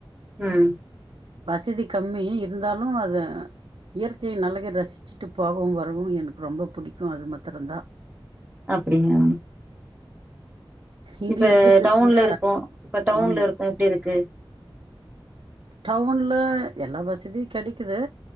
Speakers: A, on the right; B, on the right.
A: ம்
B: வசதி கம்மி இருந்தாலு அத இயற்கையின் அழக ரசிச்சிட்டு போகவு வரவு எனக்கு ரொம்ப புடிக்கு அது மத்திரம்தா
A: அப்படிங்களா
B: இங்க
A: இப்ப
B: இருக்கிறத
A: டவுன்ல
B: விட
A: இருக்கோ இப்ப டவுன்ல
B: ஆமா
A: இருக்கோ எப்படி இருக்கு
B: டவ்வுன்ல எல்லா வசதியு கெடைக்கிது